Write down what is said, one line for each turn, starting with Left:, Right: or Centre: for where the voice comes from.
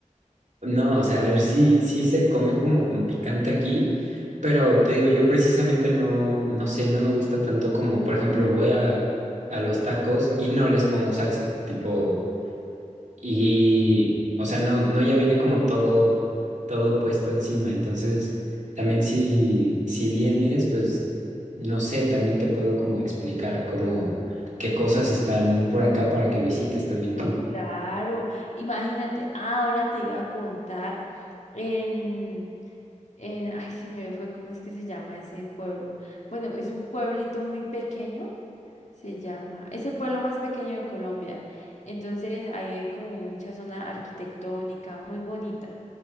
Right: no, o sea, a ver, sí, sí se come como con picante aquí, pero te digo, yo precisamente no, no sé, no me gusta tanto como, por ejemplo, voy a, a los tacos y no les pongo salsa, tipo... Y, o sea, no, no ya viene como todo, todo puesto encima. Entonces, también si, si vienes, pues, no sé, también te puedo como explicar como qué cosas están por acá para que visites también tú.
Left: Claro, imagínate, ah, ahora te iba a contar en, en, ay, se me fue, ¿cómo es que se llama ese pueblo? Bueno, es un pueblito muy pequeño se llama, es el pueblo más pequeño de Colombia. Entonces ahí hay como mucha zona arquitectónica muy bonita.